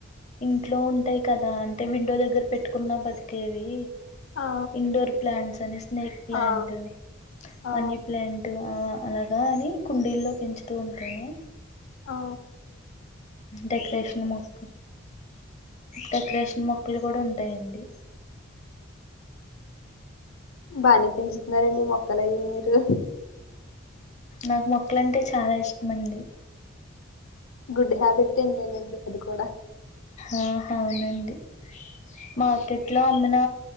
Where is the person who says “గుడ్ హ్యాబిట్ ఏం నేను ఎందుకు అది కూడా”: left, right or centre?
Left